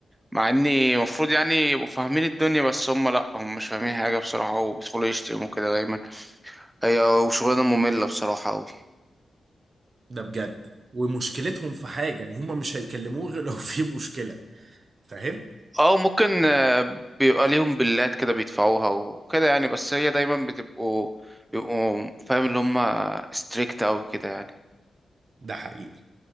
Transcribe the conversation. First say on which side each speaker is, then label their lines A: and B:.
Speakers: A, on the right (about 15°); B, on the right (about 55°).
A: مع اني المفروض يعني يبقوا فاهمين الدنيا بس هم لا هم مش فاهمين حاجه بصراحه وبيدخلوا يشتموا كده دايما هي وشغلانه ممله بصراحه قوي
B: ده بجد ومشكلتهم في حاجة ان هم مش هيكلموه غير لو في مشكلة فاهم
A: اه ممكن آه، بيبقى ليهم بلات كده بيدفعوها وكده يعني بس هي دايما بتبقوا بيبقوا فاهم اللي هم ستريكت اوي كده يعني
B: ده حقيقي